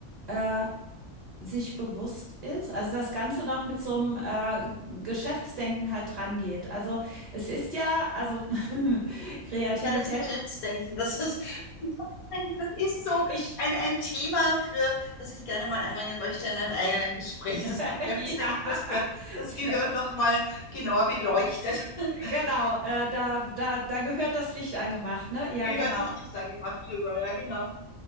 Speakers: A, on the right (about 30°); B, on the left (about 70°).
A: äh, sich bewusst ist, also das Ganze noch mit so einem äh, Geschäftsdenken halt dran geht. Also es ist ja, also <laughs> Kreativität,
B: Ja, das Betriebsdenken, das ist, <laughs> das ist so
A: ich,
B: ein, ein Thema für, das ich gerne mal einbringen möchte in einem eigenen Gespräch.
A: <laughs>
B: Das Betriebsdenken,
A: ja,
B: das gehört, das
A: <laughs>
B: gehört nochmal genauer beleuchtet. <laughs>
A: genau, äh, da, da, da gehört das Licht angemacht, ne? Ja,
B: Gehört
A: genau.
B: das Licht angemacht drüber, ja, genau.